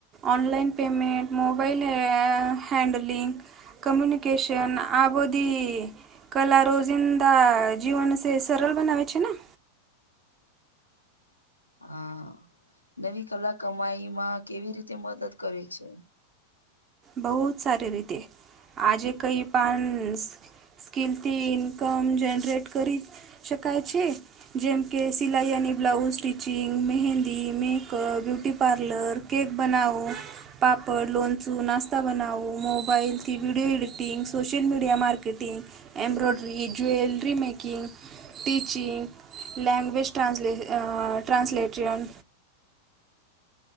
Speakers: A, on the right; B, on the left.
A: online payment, mobile હે હેન્ડલિંંગ, કમ્યુનિકેશન આ બધી કલા રોઝિંદા જીવન સે સરળ બનાવે છે ને
B: હા નવી કલા કમાઈ માં કેવી રીતે મદદ કરે છે?
A: બહુ જ સારી રીતે આજે કઈ પાન સ્કિલથી ઇન્કમ જનરેટ કરી શકાય છે. જેમકે સિલાઈ અની blouse stitching, mehndi makeup, beauty parlour, cake બનાવો, પાપડ, લોણચું, નાસ્ તા બનાવો, મોબાઈલ થી video editing, social media marketing, embroidery jewellery making teaching language ટ્રસલે ટ્રાસલેટન